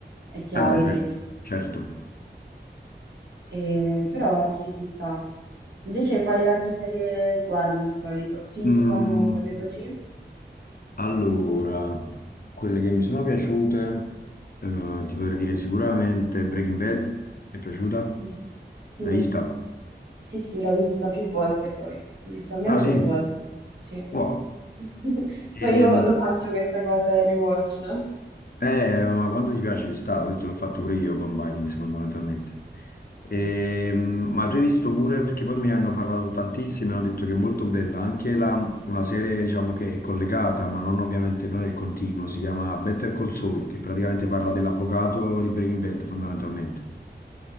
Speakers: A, on the right (about 70°); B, on the left (about 55°).
A: è chiaro
B: Vabbè,
A: che
B: certo, certo.
A: Eh, però sì, ci sta. Invece, quali altre serie guardi di solito? Sitcom,
B: Mm,
A: cose così?
B: Allora, quelle che mi sono piaciute, eh, ti potrei dire sicuramente Breaking Bad, è piaciuta?
A: Mhm. Sì,
B: L'hai vista?
A: sì, sì, l'ho vista più volte poi. L'ho vista almeno
B: Ah
A: tre
B: sì,
A: volte, penso, sì.
B: wow.
A: <laughs> Poi
B: Ehm,
A: io lo faccio questa cosa del rewatch.
B: eh, ma quando ti piace ci sta, ho detto l'ho fatto pure io con Vikings fondamentalmente. Ehm,
A: <laughs>
B: ma tu hai visto pure, perché poi me ne hanno parlato tantissimi, hanno detto che è molto bella, anche la- una serie diciamo che è collegata, ma non ovviamente non è il continuo, si chiama Better Call Saul, che praticamente parla dell'avvocato di Breaking Bad fondamentalmente.